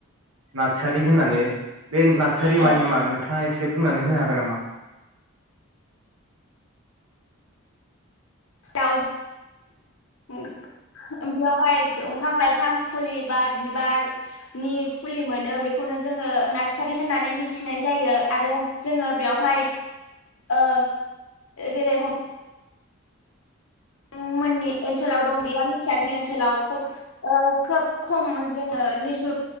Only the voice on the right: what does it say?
नादसारि होननानै बे नादसारि
मानि मा नोंथाङा एसे जे बुंनानै होनो हागोन नामा?